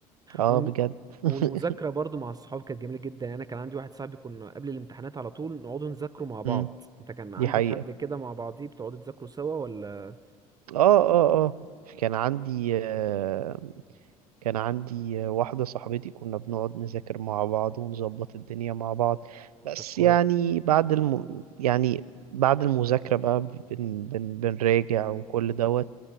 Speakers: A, on the right (about 85°); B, on the right (about 20°).
A: اه
B: و...
A: بجد <laughs>
B: والمذاكرة برضو مع الصحاب كانت جميلة جدا يعني أنا كان عندي واحد صاحبي كنا قبل الامتحانات على طول نقعدوا نذاكروا مع بعض
A: مم،
B: أنت كان عندك
A: دي حقيقة
B: حد كده مع بعضيه بتقعدوا تذاكروا سوا ولا
A: اه اه اه كان عندي آه، كان عندي آه، واحدة صاحبتي كنا بنقعد نذاكر مع بعض ونظبط الدنيا مع بعض بس
B: طب كويس
A: يعني بعد الم... يعني بعد المذاكرة بقى بن... بن... بنراجع وكل دوت